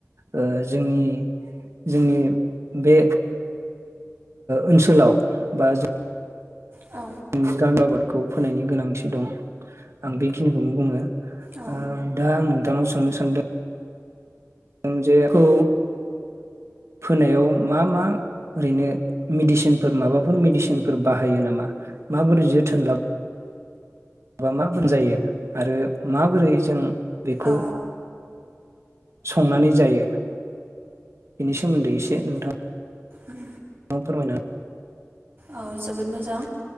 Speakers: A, on the right; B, on the right.
A: ओ जोंनि जोंनि बे ओनसोलाव बा जों।
B: औ
A: आंनि गामि आबादखौ फोनायनि गोनांथि दं आं बेखिनिखौनो बुङो।
B: औ
A: ओ दा आं नोंथांनाव। सोंनो सानदों। जों जेखौ फोनायाव मा मा ओरैनो मेडिसिनफोर माबाफोर मेडिसिनफोर बाहायो नामा माबोरै जोथोन लाबा। माबा माबोरै जायो आरो माबोरै जों। बेखौ।
B: औ
A: संनानै जायो बेनि सोमोन्दै एसे नोंथां।
B: उम।
A: फोरमायनो।
B: औ जोबोद मोजां।